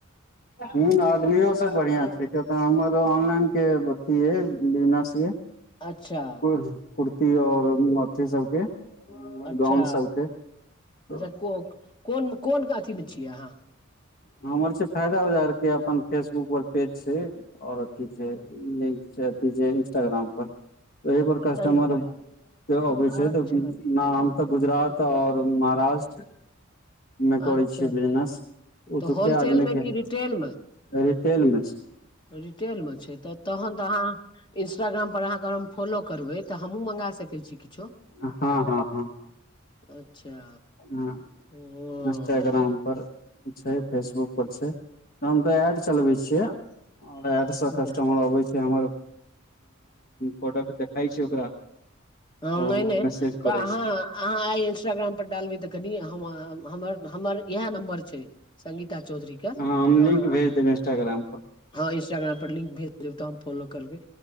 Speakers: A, on the left; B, on the left.
A: हूं आदमियो सब बढ़िआँ छैय किया त हमर ऑनलाइनकें अथी ये बिजनेस ये
B: अच्छा
A: कुर्ती और अथी सबके
B: अच्छा
A: गाउन सबके त
B: अच्छा को कोन कोन अथीमे छियै अहाँ
A: हमर छैय फायदा बाजार के अपन फेसबुक पर पेज छैय ओर अथी छै लिंक अथी छै इंस्टाग्राम पर ऐह बर कस्टमर
B: ओतय
A: के अबै
B: अच्छा
A: छै तऽ न हम तऽ गुजरात ओर महाराष्ट्र मे करै
B: अच्छा
A: छियै बिजनेस ओ
B: तऽ
A: तोकें
B: होलसेल
A: आदमी
B: मे
A: कें
B: कि रिटेल
A: रिटेल मे छैय
B: रिटेलमे छैय त तहन त अहाँ इन्स्टाग्राम पर अहाँके हम फॉलो करबै त हमहुँ मँगा सकैत छी किछो
A: हँ हँ हँ
B: अच्छा
A: हँ
B: ओ
A: इंस्टाग्राम पर छैय फेसबुकपर छैय हम त एड चलबैत छियै एड सँ
B: अच्छा
A: कस्टमर आबे छै हमर प्रोडक्ट देखैय छै ओकरा ओ
B: हँ नय-
A: हमरा
B: नय
A: मैसेज करै
B: त अहाँ
A: छै
B: अहाँ आइ इंस्टाग्राम पर डालबै त कनि हमर हमर इहाय नम्बर छै संगीता चौधरी के अहाँ
A: हँ हम लिंक भेज देबैय इंस्टाग्राम पर
B: हँ इंस्टाग्राम पर लिंक भेज देबैय त हम फॉलो करबै